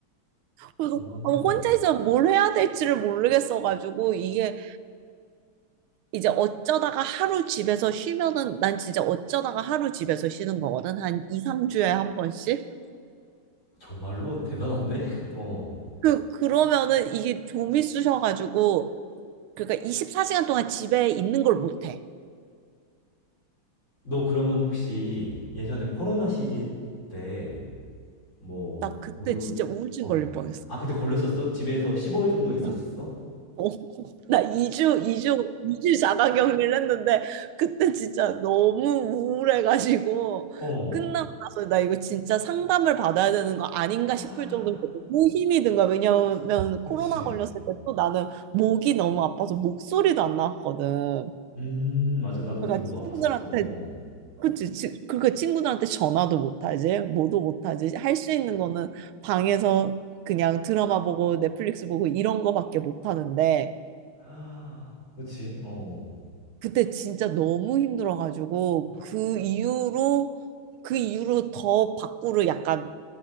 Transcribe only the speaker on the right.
그래서
아, 혼자 있으면 뭘 해야 될지를 모르겠어가지고 이게 이제 어쩌다가 하루 집에서 쉬면은 난 진짜 어쩌다가 하루 집에서 쉬는 거거든. 한 2, 3주에 한 번씩.
그, 그러면은 이게 좀미 쑤셔가지고, 그러니까 24시간 동안 집에 있는 걸 못해.
나 그때
진짜 우울증
걸릴 뻔했어.
<laughs> 어, 어. 나 2주, 2주, 2주 자가 격리를 했는데, 그때 진짜 너무 우울해가지고,
끝나고 나서 나 이거 진짜 상담을 받아야 되는 거 아닌가
싶을 정도로 너무 힘이 든 거야. 왜냐면
코로나 걸렸을 때 또 나는 목이 너무 아파서 목소리도 안 나왔거든.
그러니까
친구들한테
그치, 지, 그러니까 친구들한테 전화도 못하지, 뭐도 못하지. 할 수 있는 거는 방에서 그냥 드라마 보고 넷플릭스 보고 이런 거밖에 못하는데,
그때 진짜 너무 힘들어가지고, 그 이후로, 그 이후로 더 밖으로 약간